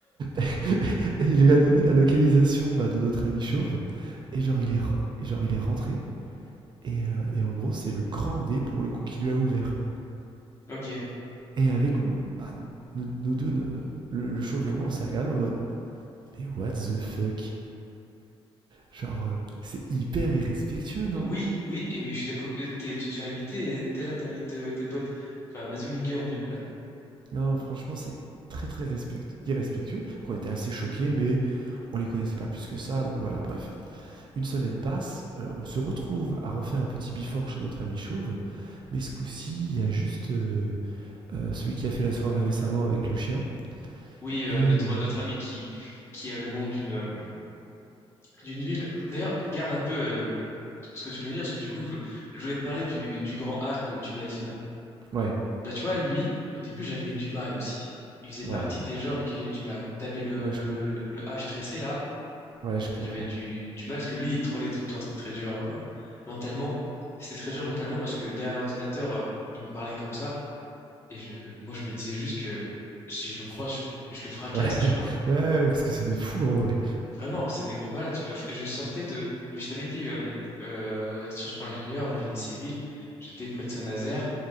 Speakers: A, on the right; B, on the left.
A: <laughs> Et il lui a donné la localisation bah, de notre ami chauve. Et genre, il est, re- et genre, il est rentré. Et, euh, et en gros, c'est le grand dé pour le coup qui lui a ouvert.
B: Ok.
A: Et avec mm, bah, nous, nous deux, ne- le, le chauve et moi, on s'est regardé en mode Mais what the fuck Genre, euh, c'est hyper irrespectueux, non
B: Oui, oui, et mais je suis d'accord. euh, t'es- Tu te fais inviter et t'es là, t'invites euh, tes potes. Enfin, vas-y, mon gars, on est où là?
A: Non, franchement, c'est très très respect- irrespectueux. Qu'on était assez choqués, mais on les connaissait pas plus que ça. Donc voilà, bref. Une semaine passe, euh, on se retrouve à refaire un petit before chez notre ami chauve. Mais ce coup-ci, il y a juste euh, euh, celui qui a fait la soirée récemment avec le chien.
B: Oui, euh,
A: Et
B: notre,
A: euh,
B: notre ami qui, qui a le nom d'une euh, d'une ville. D'ailleurs, garde un peu euh, ce que tu voulais me dire, parce que du coup, je, je voulais te parler du, du grand A que tu m'as dit là.
A: ouais,
B: Bah, tu vois, lui, au début, j'avais du mal aussi. Il faisait
A: ouais,
B: partie des gens avec qui j'avais du mal. T'avais le,
A: ouais,
B: le,
A: je, comprends
B: le, le H tressé là,
A: ouais, je comprends.
B: j'avais du, du mal, parce que lui, il trollait tout le temps, c'était très dur euh, mentalement. C'était très dur mentalement parce que derrière l'ordinateur, euh, il me parlait comme ça, et je, moi, je me disais juste que si je le croise,
A: C'est-
B: je, je le fracasse,
A: Ouais, <laughs>
B: tu vois.
A: ouais, parce que c'est des fous en vrai.
B: Vraiment, c'est des gros balades. Tu- enfin, Je sortais de. mais Je t'avais dit, euh, euh, Sciences Po ingénieur dans le génie civil, j'étais près de Saint-Nazaire.